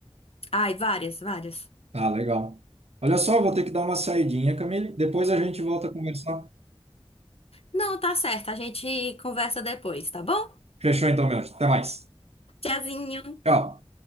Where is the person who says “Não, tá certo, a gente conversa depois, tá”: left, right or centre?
Left